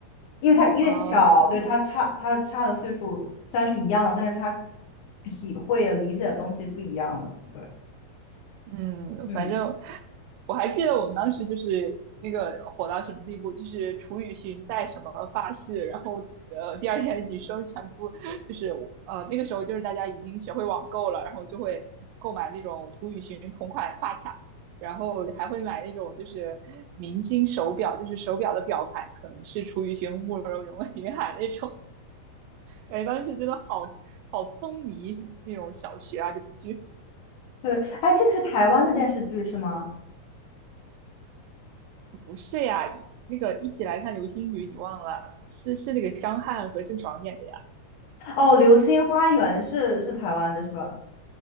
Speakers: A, on the left; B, on the right.
A: 因为他越小，
B: 啊是
A: 对他差他差的岁数虽然是一样的，但是他体会理解的东西不一样的，对，
B: 嗯，
A: 嗯，
B: 反正我还记得我们当时就是那个火到什么地步，就是楚雨荨戴什么发饰，然后呃第二天女生全部就是呃那个时候就是大家已经学会网购了，然后就会购买那种楚雨荨同款发卡，然后还会买那种就是明星手表，就是手表的表盘可能是楚雨荨、慕容云云海那种，感觉当时真的好好风靡那种小学啊这部剧。
A: 对，哎，这个是台湾的电视剧是吗？
B: 不是呀，那个一起来看流星雨，你忘了？是是那个张翰和郑爽演的呀。
A: 哦，《流星花园》是是台湾的是吧？